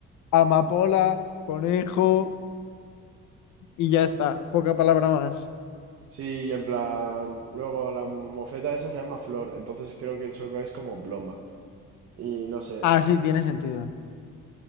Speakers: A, on the left (about 75°); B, on the right (about 55°).
A: amapola, conejo y ya está, poca palabra más.
B: Sí, y en plan, luego la mofeta esa se llama Flor, entonces creo que en sueco es como Blomma. Y no sé,
A: Así
B: eh,
A: tiene sentido. <laughs>